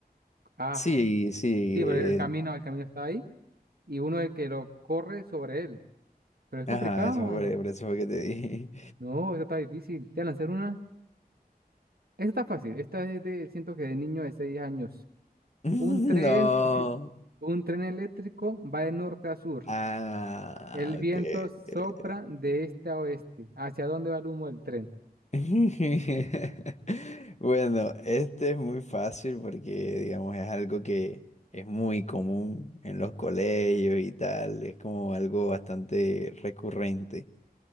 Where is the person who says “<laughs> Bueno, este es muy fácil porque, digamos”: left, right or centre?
Left